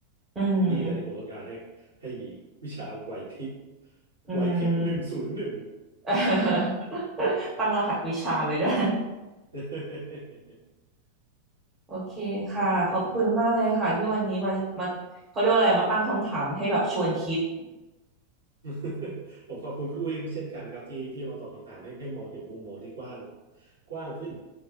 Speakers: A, on the right; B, on the right.
A: อืม
B: นี่แหละที่ผมต้องการให้ให้มีวิชาไหวพริบ
A: อื
B: ไหวพริบหนึ่งศูนย์หนึ่ง
A: ม <laughs> ตั้งรหัสวิชาไปด้วย
B: <laughs>
A: โอเคค่ะขอบคุณมากเลยค่ะที่วันนี้มามาเขาเรียกว่าอะไรมาตั้งคำถามให้แบบชวนคิด
B: โอเค <laughs> ผมขอบคุณคุณอุ้ยเช่นกันครับที่ที่มาตอบคำถามให้ให้มองเห็นมุมมองที่กว้างกว้างขึ้น